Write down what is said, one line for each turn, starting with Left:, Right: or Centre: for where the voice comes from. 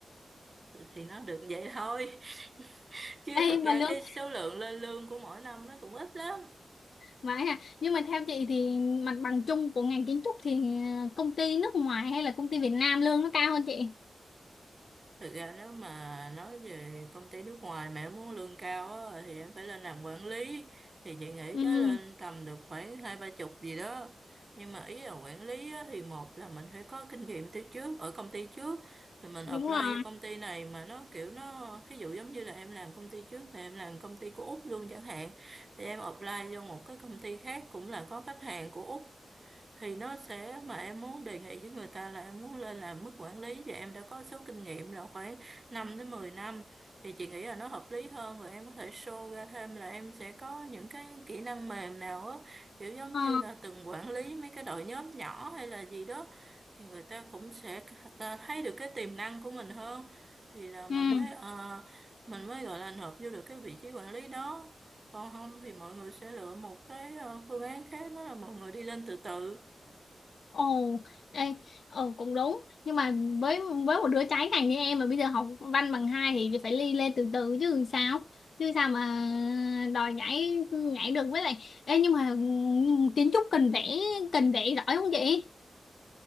Right: thì nó được vậy thôi <laughs> chứ
Left: ê
Right: thực ra
Left: mà lương
Right: cái số lượng lên lương của mỗi năm nó cũng ít lắm
Left: vậy hả nhưng mà theo chị thì mặt bằng chung của ngành kiến trúc thì ờ, công ty nước ngoài hay là công ty Việt Nam lương nó cao hơn chị
Right: Thực ra nếu mà nói về công ty nước ngoài mà em muốn lương cao á, thì em phải lên làm quản lý thì chị nghĩ
Left: ừ
Right: tới lên tầm được khoảng hai ba chục gì đó nhưng mà ý là quản lý á, thì một là mình phải có kinh nghiệm từ trước ở công ty trước thì mình
Left: đúng
Right: apply
Left: rồi
Right: cho công ty này mà nó kiểu nó ví dụ giống như là em làm công ty trước mà em làm công ty của Úc luôn chẳng hạn thì em apply vô một cái công ty khác cũng là có khách hàng của Úc thì nó sẽ mà em muốn đề nghị với người ta là em muốn lên làm mức quản lý và em đã có số kinh nghiệm là khoảng năm đến mười năm thì chị nghĩ là nó hợp lý hơn rồi em có thể show ra thêm là em sẽ có những cái kỹ năng mềm nào á kiểu giống
Left: ờ
Right: như là từng quản lý mấy cái đội nhóm nhỏ hay là gì đó thì người ta cũng sẽ ta thấy được cái tiềm năng của mình hơn thì là mình
Left: ừ
Right: mới ờ, mình mới gọi là nộp vô được cái vị trí quản lý đó còn không thì mọi người sẽ lựa một cái ờ, phương án khác đó là mọi người đi lên từ từ
Left: Ồ, ê, ồ cũng đúng nhưng mà với với một đứa trái ngành như em mà bây giờ học văn bằng hai thì phải ly lên từ từ chứ làm sao chứ sao mà đòi nhảy nhảy được với lại ê, nhưng mà kiến trúc cần vẽ cần vẽ giỏi không chị